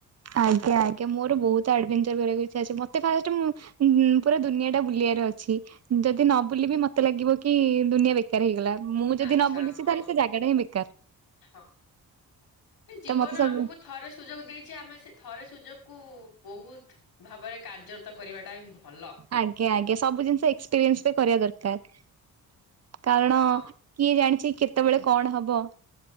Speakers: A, on the right (about 45°); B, on the left (about 70°).
A: ଆଜ୍ଞା ଆଜ୍ଞା ମୋର ବହୁତ ଆଡଭେଞ୍ଚର କରିବାକୁ ଇଛା ଅଛି ଫାଷ୍ଟ ମୁ ପୁରା ଦୁନିଆ ଟା ବୁଲିବାର ଅଛି ଯଦି ନ ବୁଲିବି ମତେ ଲାଗିବ କି ଦୁନିଆଟା ବେକାର ହେଇଗଲା ମୁଁ
B: ଆଚ୍ଛା
A: ଯଦି ନ ବୁଲିଛି
B: ହଁ
A: ତାହେଲେ ସେ ଜାଗାଟା ହିଁ ବେକାର।
B: ହଁ। ଜୀବନ
A: ତ ମତେ ସବୁ
B: ଆମକୁ ଥରେ ସୁଯୋଗ ଦେଇଛି ଆମେ ସେ ଥରେ ସୁଯୋଗ କୁ ବହୁତ ଭାବରେ କାର୍ଯ୍ୟରତ କରିବାଟା ହ ଭଲ।
A: ଆଜ୍ଞା ଆଜ୍ଞା ସବୁ ଜିନିଷ ଏକ୍ସପିରିଏନ୍ସ ବି କରିବା ଦରକାର କାରଣ
B: ହଁ
A: କିଏ ଜାଣିଛି କେତେବେଳେ କଣ ହବ।